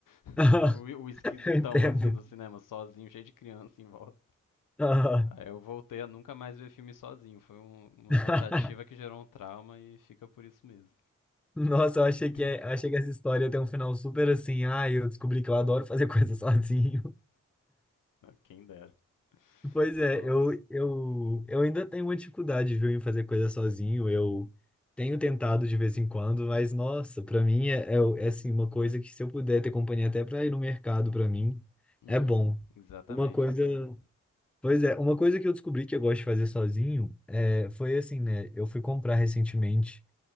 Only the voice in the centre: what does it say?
<laughs>
Eu entendo.
Aham.
<laughs>
Nossa, eu
achei que, é, eu achei que essa história tem um final super assim. Ah, eu descobri que eu adoro fazer <laughs> coisas sozinho.
Pois
é, eu,
eu, eu ainda tenho uma dificuldade, viu, em fazer coisa sozinho. Eu tenho tentado de vez em quando, mas nossa, pra mim é, é, é, assim, uma coisa que se eu puder ter companhia até pra ir no mercado, pra mim,
é bom.
Uma coisa,
pois é, uma coisa que eu descobri que eu gosto de fazer sozinho é, foi assim, né? Eu fui comprar recentemente